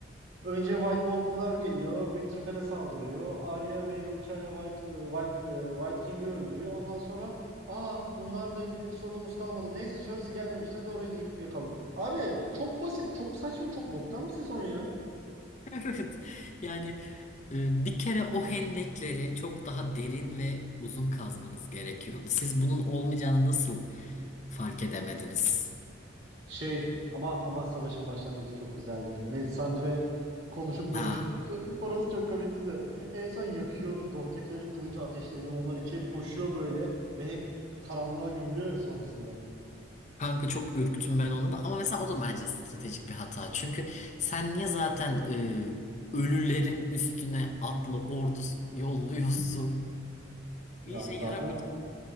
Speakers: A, on the right; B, on the left.
A: Önce White Walker'lar geliyor. Winterfell'e saldırıyor. Arya meyve bıçağıyla White, e, White, e, White King'i öldürüyor. Ondan sonra aa bunlarla ilgili bir sorunumuz kalmadı. Neyse Cersei gelmemişti. Hadi orayı da yıkıp yakalım. Abi çok basit, çok saçma, çok boktan bir sezon ya.
B: Evet. Yani e, bir kere o hendekleri çok daha derin ve uzun kazmanız gerekiyordu. Siz bunun olmayacağını nasıl fark edemediniz?
A: Şey ama ama savaşın başlangıcı çok güzeldi. Melisandre konuşup konuşup
B: Ha.
A: <laughs> orası çok komikti de. En son yakıyor. Dortrekilerin kılıcı ateşleniyor. Onlar içeri koşuyor böyle ve hep karanlığa gömülüyor ya sonrasında.
B: Kanka çok ürktüm ben onu da ama mesela o da bence stratejik bir hata. Çünkü sen niye zaten e, ölülerin üstüne atlı ordu yolluyorsun?
A: Ya
B: Bir işe
A: zaten
B: yaramayacak